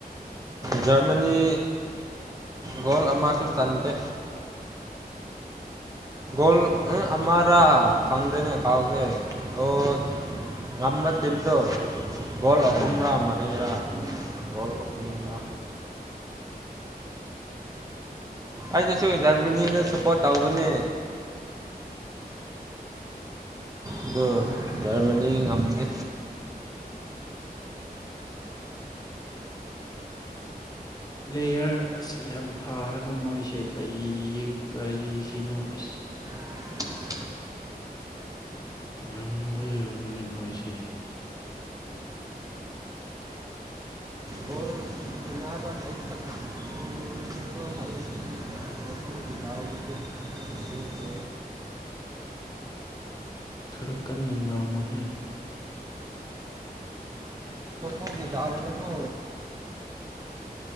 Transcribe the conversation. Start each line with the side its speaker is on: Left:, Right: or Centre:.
Right: ꯖꯔꯃꯅꯤ ꯒꯣꯜ ꯑꯃꯁꯨ ꯆꯟꯗꯦ ꯣꯜ ꯑ ꯑꯃꯥꯔꯥ ꯈꯪꯗꯅꯦ ꯈꯥꯎꯒ ꯑꯣ ꯉꯝꯕ ꯇꯤꯝꯗꯨ ꯒꯣꯜ ꯑꯍꯨꯝꯔꯥ
Left: ꯎꯝ
Right: ꯃꯔꯤꯔꯥ ꯍ ꯀꯄꯟꯂ ꯑꯩꯅꯁꯨ ꯖꯔꯃꯅꯤꯗ ꯁꯄꯣꯔꯠ ꯇꯧꯕꯅꯦ ꯑꯗꯨꯣ ꯖꯔꯃꯅꯤ ꯉꯝꯒꯦ
Left: ꯄ꯭ꯂꯦꯌꯥꯔ ꯑꯁ ꯌꯥꯝ ꯐꯥꯔꯒ ꯃꯣꯏꯁꯦ ꯀꯔꯤ ꯀꯔꯤꯒꯤꯅꯣ ꯑꯁ
Right: <inaudible>
Left: ꯉꯔꯝꯕ ꯌꯥꯕꯅꯦ ꯃꯣꯏꯁꯦ
Right: ꯕꯣꯜ ꯁꯥꯟꯅꯕ ꯍꯩꯈꯛ ꯍꯩꯕꯗꯣ ꯍꯩꯕ ꯃꯄꯨꯒꯤ ꯗꯥꯎꯗꯨ ꯑꯗꯨꯕꯨ
Left: ꯈꯔ ꯀꯟꯅ ꯉꯥꯡꯉꯨꯍꯦ
Right: ꯍꯒꯤꯗꯗꯥꯅꯦꯗꯨ